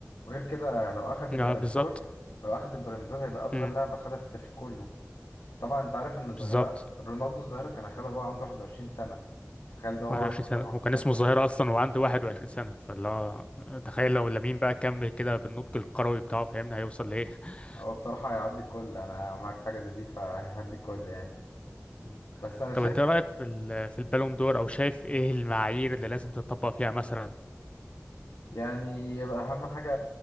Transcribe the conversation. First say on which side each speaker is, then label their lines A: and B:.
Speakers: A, on the left (about 75°); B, on the left (about 20°).
A: وغير كده لو اخد
B: لا
A: البلندور
B: بالظبط
A: لو اخد البلندور هيبقى اصغر
B: مم.
A: لاعب اخدها في التاريخ كله طبعا انت عارف ان الظاهره
B: بالظبط
A: رونالدو الظاهره كان اخدها وهو عنده 21 سنه تخيل ده هو
B: 21
A: عنده 17
B: سنه وكان اسمه
A: سنه
B: الظاهره اصلا وعنده 21 سنه فاللي هو تخيل لو لامين بقى كمل كده بالنضج الكروي بتاعه فاهمنا هيوصل لايه <laughs>
A: هو بصراحه هيعدي الكل انا معاك في حاجه زي دي فهيعدي الكل يعني
B: مم.
A: بس انا
B: طب
A: شايف
B: انت إيه رايك في ال- في البالون دور او شايف ايه المعايير اللي لازم تطبق فيها مثلا
A: يعني يبقى اهم حاجه